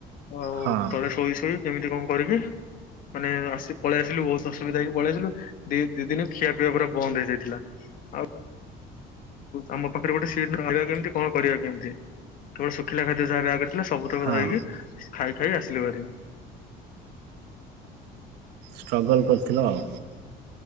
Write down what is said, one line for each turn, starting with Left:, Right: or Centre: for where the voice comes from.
Left: ଆଉ
Right: ହଁ ହଁ
Left: ତଳେ ଶୋଇ ଶୋଇ କେମିତି କଣ କରିବି ମାନେ ଆସି ପଳେଇ ଆସିଲୁ ବହୁତ ଅସୁବିଧା ହେଇକି ପଳେଇ ଆସିଲୁ ଦି ଦି ଦିନ ଖିଆ ପିଇବା ପୁରା ବନ୍ଦ ହେଇଯାଇଥିଲା। ଆଉ ଆମ ପାଖରେ ଗୋଟେ ସିଟ ରହିବା କେମିତି କଣ କରିବା କେମତି କେବଳ ଶୁଖିଲା ଖାଦ୍ୟ ଯାହା ବ୍ୟାଗ ରେ ସବୁତକ
Right: ହଁ
Left: ଧରକି ଖାଇ ଖାଇ ଆସିଲୁ ହେରି।
Right: ଷ୍ଟ୍ରଗଲ୍ କରିଥିଲ ଆଉ।